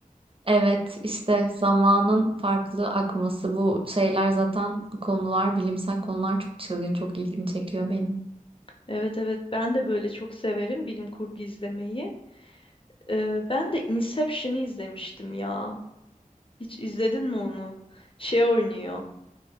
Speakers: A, on the right (about 40°); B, on the left (about 40°).
A: Evet işte zamanın farklı akması bu şeyler zaten konular bilimsel konular çok çılgın çok ilgimi çekiyor benim.
B: Evet evet ben de böyle çok severim bilim kurgu izlemeyi. E, ben de Inception'ı izlemiştim ya. Hiç izledin mi onu? Şey oynuyor.